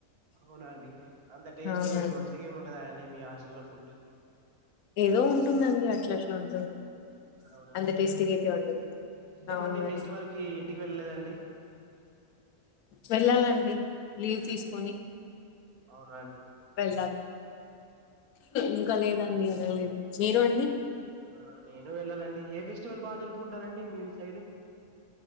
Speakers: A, on the right; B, on the left.
A: అవునా అండి అంత టేస్ట్
B: అవునండి
A: మంచిగా ఏమి ఉండదా అండి మీ హాస్టల్లో ఫుడ్
B: ఏదో ఉంటుందండి అట్లా అట్లా ఉంటుంది
A: అవునా
B: అంత
A: అండి
B: టేస్టీగా అయితే ఉండదు
A: ఏమండి
B: అవునండి
A: ఫెస్టివల్ కి ఇంటికి వెళ్ళలేదండి
B: వెళ్ళాలండి లీవ్ తీసుకొని
A: అవున
B: వెళ్ళాలి ఇంకా లేదండి అడగలేదు మీరు అండి
A: ఆ నేను వెళ్ళాలండి ఏ ఫెస్టివల్ బాగా జలుపుకుంటనండి మీ సైడ్